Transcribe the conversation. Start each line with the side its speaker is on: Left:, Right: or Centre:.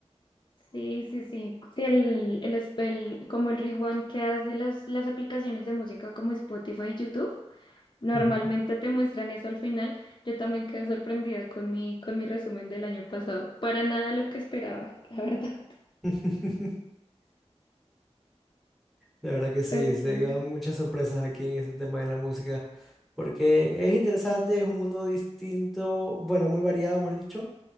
Left: Sí, sí, sí. Sí, el, el, es- el- como el rewind que hace las, las aplicaciones de música como Spotify y YouTube, normalmente
Centre: Ujú.
Left: te muestran eso al final. Yo también quedé sorprendida con mi, con mi resumen del año pasado. Para nada lo que esperaba, <laughs> la verdad.
Centre: <laughs> De verdad que sí,
Left: Pues
Centre: se
Left: nada.
Centre: llegan muchas sorpresas aquí en este tema de la música, porque es interesante, es un mundo distinto, bueno, muy variado, mejor dicho,